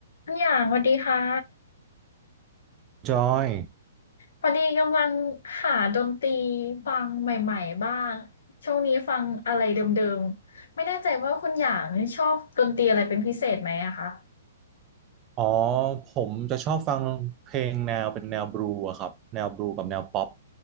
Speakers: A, on the left; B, on the right.
A: ทุกอย่างสวัสดีค่ะ
B: จอย
A: พอดีกำลังหาดนตรีฟังใหม่ๆบ้างช่วงนี้ฟังอะไรเดิมๆไม่แน่ใจว่าคุณอย่างชอบดนตรีอะไรเป็นพิเศษไหมอะคะ
B: อ๋อ ผมจะชอบฟังเพลงแนวเป็นแนวบลูอะครับ แนวบลูกับแนวป๊อป